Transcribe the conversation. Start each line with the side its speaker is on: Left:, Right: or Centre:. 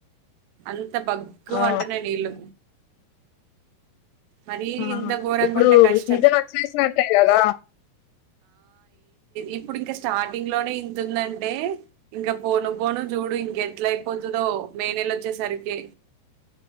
Right: ఆన్ ఇంత బగ్
Left: ఆ
Right: మంటున్నాయి నీళ్ళు మరి
Left: ఆహా
Right: ఇంత ఘోరంగుంటే
Left: ఇప్పుడు
Right: కష్టం.
Left: సీజన్ వచ్చేసి నట్టే కదా
Right: ఇప్పుడు ఇంకా స్టార్టింగ్ లోనే ఇంత ఉందంటే ఇంకా పోను పోను చూడు ఇంక ఎట్ల అయిపోతుందో మే నేల వచ్చే సరికి